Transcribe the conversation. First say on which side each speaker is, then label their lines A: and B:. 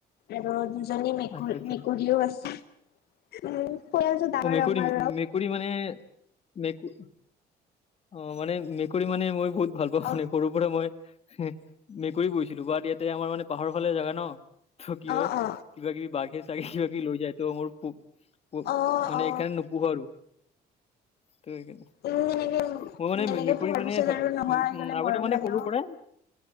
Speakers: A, on the left; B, on the left.
A: আৰু দুজনী মেকুৰী
B: আচ্ছা আচ্ছা
A: মেকুৰীও আছে। উম। পৰিয়ালটো ডাঙৰ
B: অ মেকুৰী
A: আমাৰ
B: মেক- কুৰী মানে মেকু অ মানে মেকুৰী মানে মই বহুত ভাল
A: অ
B: <unintelligible> সৰু পৰাই মই হে মেকুৰী পুহিছিলো বাট ইয়াতে আমাৰ মানে পাহাৰৰ ফালে জাগা ন ত কি
A: অ
B: হয়
A: অ
B: কিবা কিবি বাঘে চাগে কিবা কিবি লৈ যায় ত মোৰ পুক পু
A: অ অ
B: হেন নোপোহো আৰু ত সেইকানে
A: উম এনেকে
B: মই মানে
A: এনেকে
B: মেকুৰী
A: পোহাৰ
B: মানে
A: পিছত
B: উ
A: আৰু নোহোৱা হৈ
B: উ
A: গলে
B: আগতে
A: মৰম
B: মানে
A: লাগে
B: সৰু
A: ন
B: পৰা